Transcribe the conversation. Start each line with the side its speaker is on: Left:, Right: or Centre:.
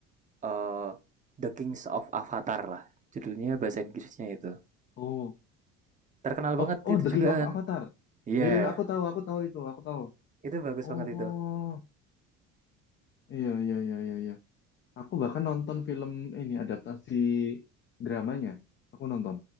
Right: Eh, The Kings of Avatar lah. Judulnya bahasa Inggrisnya itu.
Left: Oh,
Right: Terkenal
Left: Oh,
Right: banget
Left: oh,
Right: itu
Left: The
Right: jugaan.
Left: King of Avatar.
Right: Iya, Yeah.
Left: Iya, iya, aku tahu, aku tahu itu, aku tahu.
Right: itu bagus
Left: Oh,
Right: banget itu.
Left: iya, iya, iya, iya, iya. Aku bahkan nonton film ini adaptasi dramanya. Aku nonton.